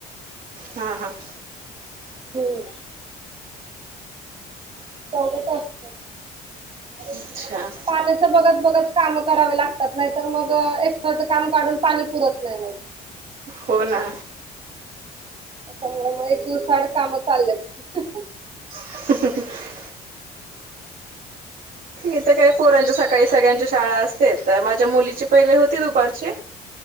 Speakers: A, on the right; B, on the right.
A: हा हा.
B: हम्म. चौघचं असतात.
A: अच्छा.
B: पाण्याचं बघत बघत कामं करावे लागतात नाही, तर मग एक्स्ट्राचं काम काढून पाणी पुरतं नाही मग.
A: हो ना.
B: त्यामुळे मग एक दिवसाआडं कामं चाललेत.
A: <unintelligible> इथं काही पोरांच्या सकाळी सगळ्यांच्या शाळा असतेत, माझ्या मुलीची पहिले होती दुपारची